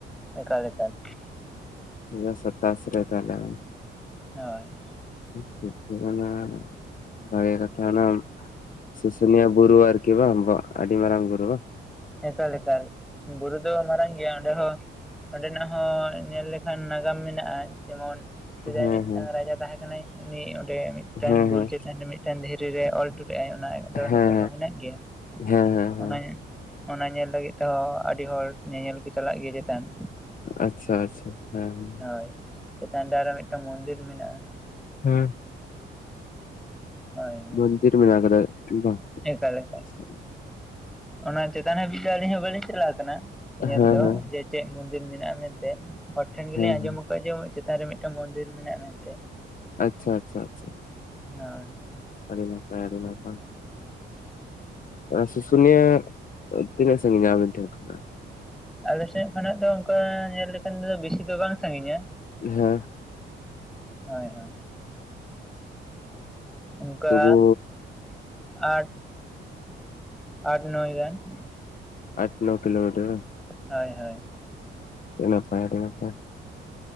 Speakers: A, in the centre; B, on the left.
A: ᱮᱠᱟᱞ ᱮᱠᱟᱞ ᱾
B: ᱫᱩ ᱦᱟᱡᱟᱨ ᱥᱟᱛᱟᱥ ᱨᱮ ᱛᱟᱦᱞᱮ ᱾
A: ᱦᱚᱭ ᱾
B: <inaudible> ᱥᱩᱥᱩᱱᱤᱭᱟ ᱵᱩᱨᱩ ᱟᱨᱠᱤ ᱵᱟᱝ ᱵᱚ ᱟᱰᱤ ᱢᱟᱨᱟᱝ ᱵᱩᱨᱩ᱾
A: ᱮᱠᱟᱞ ᱮᱠᱟᱞ ᱵᱩᱨᱩ ᱫᱚ ᱢᱟᱨᱟᱝ ᱜᱮᱭᱟ ᱚᱸᱰᱮ ᱦᱚᱸ ᱚᱸᱰᱮ ᱱᱟᱜ ᱦᱚᱸ ᱧᱮᱞ ᱞᱮᱠᱷᱟᱱ ᱱᱟᱜᱟᱢ ᱢᱮᱱᱟᱜ-ᱟ, ᱡᱮᱢᱚᱱ ᱥᱮᱫᱟᱭ
B: ᱦᱮᱸ
A: ᱢᱤᱫᱴᱟᱝ
B: ᱦᱮᱸ
A: ᱨᱟᱡᱟ ᱛᱟᱦᱮᱸ ᱠᱟᱱᱟᱭ ᱩᱱᱤ ᱚᱸᱰᱮ ᱢᱤᱫᱴᱟᱝ
B: ᱦᱮᱸ
A: ᱵᱩᱨᱩ ᱪᱮᱛᱟᱱ ᱨᱮ ᱢᱤᱫᱴᱟᱝ ᱫᱷᱤᱨᱤ ᱨᱮ ᱚᱞ ᱦᱚᱴᱚ ᱞᱮᱫ ᱟᱭ ᱚᱱᱟ ᱟᱫᱚ ᱱᱤᱛᱚᱜ
B: ᱦᱮᱸ ᱦᱮᱸ
A: ᱦᱚᱸ ᱦᱮᱱᱟᱜ ᱜᱮᱭᱟ
B: ᱦᱮᱸ ᱦᱮᱸ ᱦᱮᱸ ᱦᱮᱸ
A: ᱚᱱᱟ ᱮ ᱚᱱᱟ ᱧᱮᱞ ᱞᱟᱹᱜᱤᱫ ᱛᱮᱦᱚᱸ ᱟᱹᱰᱤ ᱦᱚᱲ ᱧᱮᱧᱮᱞ ᱠᱚ ᱪᱟᱞᱟᱜ ᱜᱮᱭᱟ ᱪᱮᱛᱟᱱ ᱾
B: ᱟᱪᱪᱷᱟ ᱟᱪᱪᱷᱟ ᱦᱮᱸ ᱦᱮᱸ
A: ᱦᱳᱭ ᱪᱮᱛᱟᱱ ᱨᱮ ᱟᱨᱦᱚᱸ ᱢᱤᱫᱴᱟᱹᱝ ᱢᱚᱱᱫᱤᱨ ᱢᱮᱱᱟᱜᱼᱟ᱾
B: ᱦᱩᱸ
A: ᱦᱳᱭ, ᱦᱳᱭ
B: ᱢᱚᱱᱫᱤᱨ ᱢᱮᱱᱟᱜ ᱠᱟᱫᱟ ᱵᱟᱝ
A: ᱮᱠᱟᱞ ᱮᱠᱟᱞ
B: ᱦᱮᱸ
A: ᱚᱱᱟ ᱪᱮᱛᱟᱱ ᱦᱟᱹᱵᱤᱡ ᱫᱚ ᱟᱹᱞᱤᱧ ᱦᱚᱸ ᱵᱟᱹᱞᱤᱧ ᱪᱟᱞᱟᱜ ᱠᱟᱱᱟ ᱾ ᱧᱮᱞ
B: ᱦᱮᱸ
A: ᱫᱚ ᱡᱮ ᱪᱮᱫ ᱢᱚᱱᱫᱤᱨ ᱢᱮᱱᱟᱜᱼᱟ ᱢᱮᱱᱛᱮ ᱦᱚᱲ ᱴᱷᱮᱱ ᱜᱮᱞᱤᱧ
B: ᱦᱮᱸ
A: ᱟᱸᱡᱚᱢ ᱟᱡᱚᱢᱟᱹᱧ ᱪᱮᱛᱟᱱ ᱨᱮ ᱢᱤᱫᱴᱮᱱ ᱢᱚᱱᱫᱤᱨ ᱢᱮᱱᱟᱜᱼᱟ ᱢᱮᱱᱛᱮ᱾
B: ᱟᱪᱪᱷᱟ ᱟᱪᱪᱷᱟ ᱟᱪᱪᱷᱟ ᱾
A: ᱦᱳᱭ ᱾
B: ᱟᱹᱰᱤ ᱱᱟᱯᱟᱭ ᱟᱹᱰᱤ ᱱᱟᱯᱟᱭ ᱾ ᱥᱩᱥᱩᱱᱤᱭᱟᱹ ᱛᱤᱱᱟᱹᱜ ᱥᱟᱹᱜᱤᱧᱟ ᱟᱹᱵᱤᱱ ᱴᱷᱮᱱ ᱠᱷᱚᱱᱟᱜ?
A: ᱟᱞᱮ ᱥᱮᱫ ᱠᱷᱚᱱᱟᱜ ᱫᱚ ᱚᱱᱠᱟ ᱧᱮᱞ ᱞᱮᱠᱷᱟᱱ ᱫᱚ ᱵᱮᱥᱤ ᱫᱚ ᱵᱟᱝ ᱥᱟᱺᱜᱤᱧᱟ ᱾
B: ᱦᱮᱸ
A: ᱦᱳᱭ ᱦᱳᱭ ᱾ ᱚᱱᱠᱟ
B: ᱛᱚᱵᱩ
A: ᱟᱴ, ᱟᱴ ᱱᱚᱭ ᱜᱟᱱ ᱾
B: ᱟᱴ ᱱᱚ ᱠᱤᱞᱳᱢᱤᱴᱟᱨ ᱵᱟᱝ <inaudible>
A: ᱦᱳᱸᱭ ᱦᱳᱸᱭ ᱾
B: ᱱᱟᱯᱟᱭ ᱟᱹᱰᱤ ᱱᱟᱯᱟᱭ ᱾